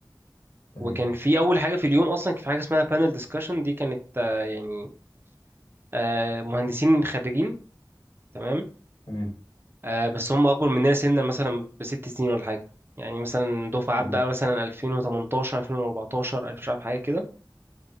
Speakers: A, on the left; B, on the right.
A: تمام
B: وكان في اول حاجة في اليوم اصلا كان في حاجة اسمها بانل ديسكشن دي كانت آه، يعني آه، مهندسين خريجين تمام
A: تمام
B: آه، بس هم اكبر مننا سنا مثلا بست سنين ولا حاجة يعني مثلا دفعات
A: حلو
B: بقى مثلا 2018 2014 مش عارف حاجة كده